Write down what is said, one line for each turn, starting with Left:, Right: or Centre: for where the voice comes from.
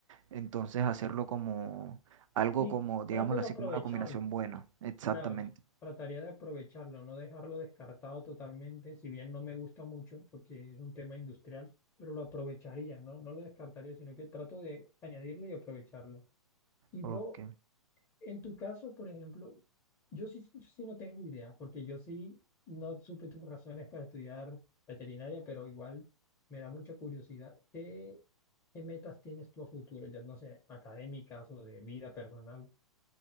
Right: Entonces hacerlo como algo
Left: sí,
Right: como, digámoslo
Left: trato de
Right: así,
Left: aprovecharlo.
Right: como una combinación buena. Exactamente.
Left: Claro, trataría de aprovecharlo, no dejarlo descartado totalmente, si bien no me gusta mucho porque es un tema industrial, pero lo aprovecharía, ¿no? No lo descartaría, sino que trato de añadirlo y aprovecharlo. Y bro,
Right: Ok.
Left: en tu caso, por ejemplo, yo sí, yo sí no tengo idea, porque yo sí no supe tus razones para estudiar veterinaria, pero igual me da mucha curiosidad. ¿Qué, qué metas tienes tú a futuro? Ya no sé, académicas o de vida personal.